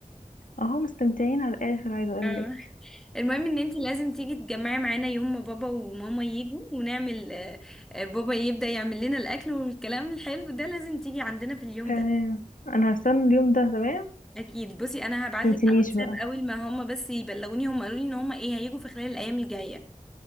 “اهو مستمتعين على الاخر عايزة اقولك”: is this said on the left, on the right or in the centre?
Left